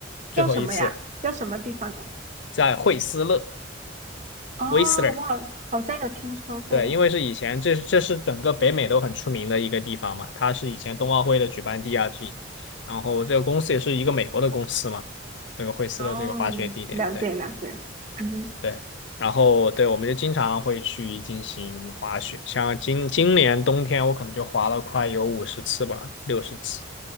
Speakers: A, on the left (about 70°); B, on the right (about 40°).
A: 最后一次
B: 叫什么呀？叫什么地方呀？
A: 在惠斯勒
B: 哦，
A: w h i
B: 我好好像有听说过。
A: 对，因为是以前这是这是整个北美都很出名的一个地方嘛，它是以前冬奥会的举办地啊这然后这个公司也是一个美国的公司嘛，那个惠斯勒这个滑雪地点，
B: 哦，了解了解。
A: 对。
B: 嗯，
A: 对，然后对，我们就经常会去进行滑雪，像今今年冬天，我可能就滑了快有五十次吧，六十次，